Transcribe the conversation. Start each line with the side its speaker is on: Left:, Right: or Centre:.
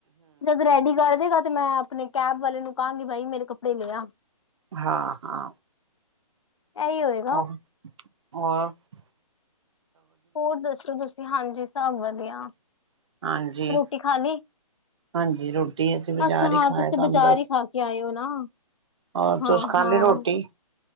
Left: ਜਦ ਰੈਡੀ ਕਰ ਦੇਗਾ ਤੇ ਮੈਂ ਆਪਣੇ ਕੈਬ ਵਾਲੇ ਨੂੰ ਕਹਾਂਗੀ ਬਾਈ ਮੇਰੇ ਕੱਪੜੇ ਲੇ ਆ
Right: ਹਾਂ ਹਾਂ
Left: ਇਹੀ ਹੋਏ
Right: ਆਹ ਹੋਰ <unintelligible>
Left: ਹੋਰ ਦੱਸੋ ਤੁਸੀਂ ਹਾਂਜੀ ਸਭ ਵਧੀਆ
Right: ਹਾਂਜੀ
Left: ਰੋਟੀ ਖਾ ਲੀ
Right: ਹਾਂਜੀ ਰੋਟੀ ਅਸੀਂ ਬਾਜ਼ਾਰ
Left: ਅੱਛਾ
Right: ਹੀ
Left: ਹਾਂ
Right: ਖਾਇਆ
Left: ਤੁਸੀ
Right: ਤੁਹਾਨੂੰ
Left: ਬਜ਼ਾਰ ਹੀ ਖਾ ਕੇ ਆਏ ਹੋ ਨਾ
Right: ਹੋਰ
Left: ਹਾਂ
Right: ਤੁਸ ਖਾਲੀ
Left: ਹਾਂ
Right: ਰੋਟੀ